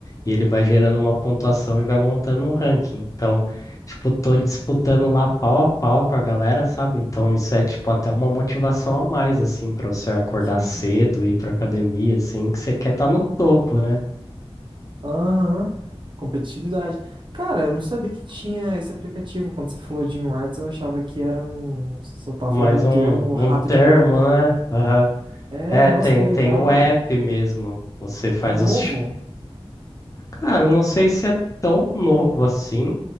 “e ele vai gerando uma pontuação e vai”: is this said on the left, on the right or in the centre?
Left